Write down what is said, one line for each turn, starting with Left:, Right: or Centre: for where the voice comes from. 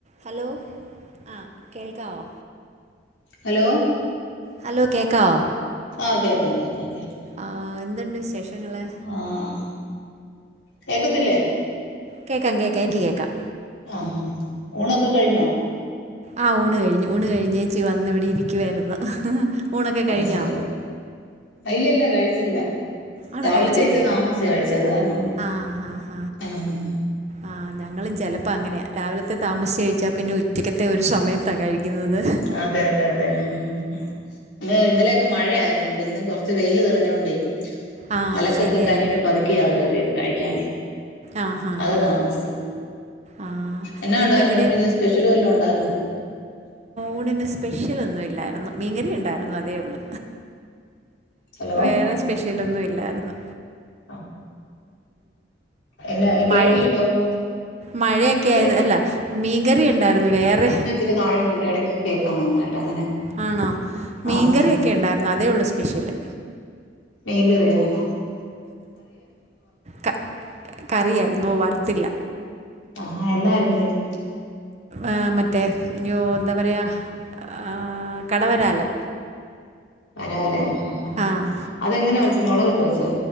Right: Hello ആഹ് കേൾക്കാവോ
Left: hello
Right: hello കേക്കാവോ
Left: ആഹ് കേക്കാം കേക്കാം കേക്കാം
Right: ആഹ് ഓ എന്തുണ്ട് വിശേഷങ്ങള്
Left: ആഹ് കേക്കത്തില്ലേ
Right: കേക്കാം കേക്കാം എനിക്ക് കേക്കാം
Left: അം ഊണൊക്കെ കഴിഞ്ഞോ
Right: ആഹ് ഊണ് കഴിഞ്ഞു ഊണ് കഴിഞ്ഞേയ്ച്ച് വന്ന് ഇവിടെ ഇരിക്കുവായിരുന്നു ഊണൊക്കെ
Left: അയ്
Right: കഴിഞ്ഞോ
Left: ശരി ഇല്ല ഇല്ല കഴിച്ചില്ല,
Right: ആണോ
Left: രാവിലെത്തെ
Right: കഴിച്ചില്ലേ
Left: ഇച്ചിരി താമസിച്ച കഴിച്ചെ അത് കാരണം
Right: ആഹ് ആഹ്
Left: ആഹ്
Right: ആഹ് ഞങ്ങളും ചെലപ്പ അങ്ങനെയാ, രാവിലത്തെ താമസിച്ച് കഴിച്ചാ പിന്നെ ഉച്ചക്കത്തെ ഒരു സൊമയത്താ കഴിക്യിന്നത്
Left: അതെ അതെ അതെ ഉം ഹും ഉം ഇന്ന് ഇന്നലെയൊക്കെ മഴയായിരുന്നു ഇവിടെ ഇന്നും കൊറച്ച് വെയ്ല് തെളിഞ്ഞോണ്ടേ
Right: ആഹ്
Left: അലക്കൊക്കെ
Right: ശരിയായി
Left: കഴിഞ്ഞിട്ട് പതുക്കെയാ കേറിയത് കഴിക്ക്യാന്
Right: ആഹ് ആഹ്
Left: അതാ
Right: ആഹ്
Left: താമസിച്ചെ
Right: ആഹ്
Left: എന്നാ
Right: ഇന്നിവിടെ
Left: ഉണ്ടായിരുന്നു ഊണില് സ്പെഷ്യല് വല്ലോ ഉണ്ടായിരുന്നോ
Right: ഊണിന് സ്പെഷ്യലൊന്നും ഇല്ലായിരുന്നു മീൻങ്ങറി ഉണ്ടായിരുന്നു അതേ ഒള്ള്
Left: ഹലോ
Right: വേറെ സ്പെഷ്യലൊന്നും ഇല്ലായ്രുന്നു
Left: ആഹ് എന്നാ
Right: മഴ
Left: കേട്ടില്ലടോ ഒന്നും
Right: മഴയൊക്കെ ആയത്
Left: ഇടക്ക്
Right: അല്ല മീൻകറി ഉണ്ടായിരുന്നു വേറെ
Left: ട്ട് താഴ്ന്നുണ്ട് എടക്ക് കേക്കാം നന്നായിട്ട് അങ്ങനെ
Right: ആണോ മീൻകറിയൊക്കെ
Left: ആഹ് ആഹ് ആഹ്
Right: ഇണ്ടാര്ന്നു അതേ ഒള്ളൂ സ്പെഷ്യല്
Left: മീൻ കറി ആര്ന്നോ
Right: ക കറിയായിരുന്നു വറ്ത്തില്ല
Left: ആഹാ എന്നാ ആയിരുന്നു മീന്
Right: എഹ് മറ്റേ യ്യോ എന്താ പറയ എഹ് കടവരാല്
Left: വരാല് ആഹ് ആഹ്
Right: ആഹ്
Left: അതെങ്ങനാ വെച്ച് മൊളകിട്ട് വെച്ചോ